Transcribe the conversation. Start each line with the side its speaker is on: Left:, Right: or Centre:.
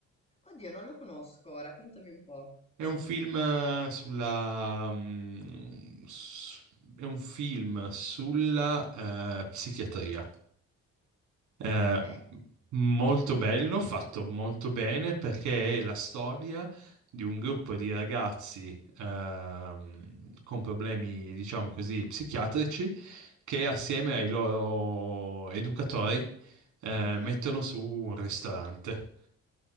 Left: Oddio, non lo conosco, raccontami un po'.
Right: È un film eh, sulla... mm, s- È un film sulla eh, psichiatria. Eh,
Left: Ok.
Right: molto bello, fatto molto bene perché è la storia di un gruppo di ragazzi ehm, con problemi, diciamo così, psichiatrici che assieme ai loro educatori eh,
Left: Mhm.
Right: mettono su un ristorante.